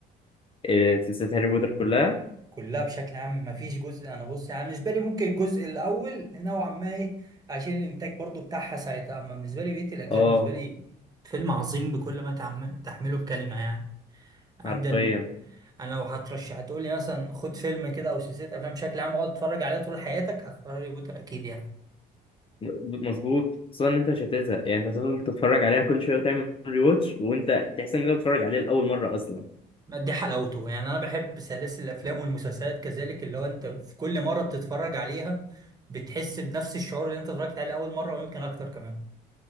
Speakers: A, on the left; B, on the right.
A: آه، سلسلة هاري بوتر كلها
B: كلها بشكل عام مفيش جزء انا بص يعني بالنسبه لي ممكن الجزء الاول نوعا ما ايه عشان الانتاج برضو بتاعها ساعتها اما بالنسبه لي بقيه الاجزاء
A: اه
B: بالنسبه لي فيلم عظيم بكل ما تعم- تحمله بكلمه يعني عندنا
A: حرفيا
B: انا لو هترشح هتقول لي مثلا خد فيلم كده او سلسله افلام بشكل عام اقعد اتفرج عليها طول حياتك هختار هاري بوتر اكيد يعني
A: م- مظبوط خصوصا ان انت مش هتزهق يعني انت هتفضل تتفرج عليها كل شويه وتعمل ري واتش وانت تحس ان انت بتتفرج عليه لاول مره اصلا
B: دي حلاوته يعني انا بحب سلاسل الافلام والمسلسلات كذلك اللي هو انت في كل مره بتتفرج عليها بتحس بنفس الشعور اللي انت اتفرجت عليه اول مره ويمكن اكتر كمان